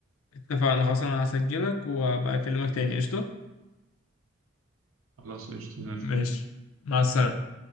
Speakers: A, on the left; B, on the right.
A: اتفقنا خلاص أنا هسجلك وأبقى أكلمك تاني قشطة؟
B: خلاص قشطة زي الفل
A: ماشي مع السلامة